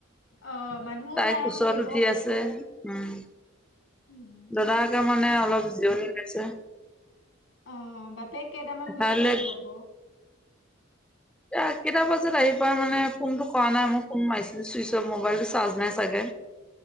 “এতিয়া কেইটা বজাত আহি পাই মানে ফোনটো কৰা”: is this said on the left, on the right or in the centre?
Centre